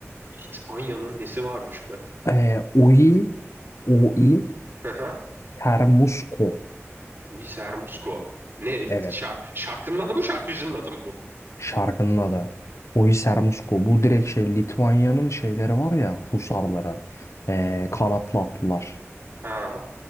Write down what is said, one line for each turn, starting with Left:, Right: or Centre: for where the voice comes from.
Right: İspanya'nın nesi varmış be?
Left: Eee Oi, Oi
Right: <laughs> Aha.
Left: Sermusko.
Right: Luis Hermosco. Ne?
Left: Evet
Right: şar- şarkının adı mı şarkıcının adı mı bu?
Left: şarkının adı. Oi Sermusko. Bu direkt şey Litvanya'nın şeyleri var ya husarları. Eee kanatlı atlılar.
Right: Ha.